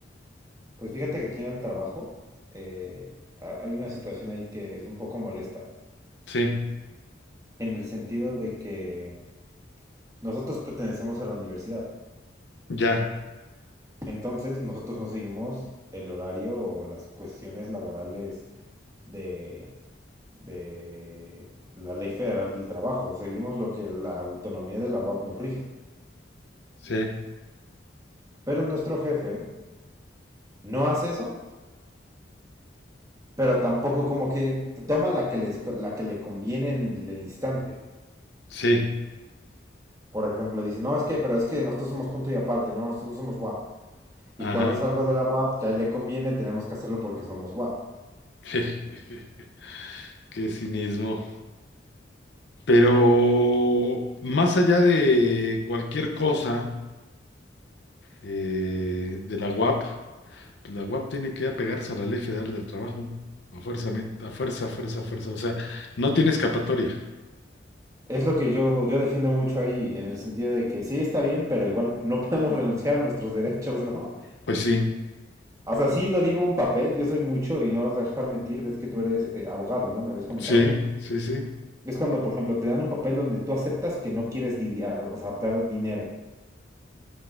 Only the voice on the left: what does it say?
Sí,
ya,
sí,
sí,
ajá.
<laughs> Qué cinismo. Pero más allá de cualquier cosa, eh, de la UAP. La UAP tiene que apegarse a la Ley Federal del Trabajo, a fuerza, men- a fuerza, fuerza, fuerza. O sea, no tiene escapatoria.
Pues sí,
sí, sí, sí.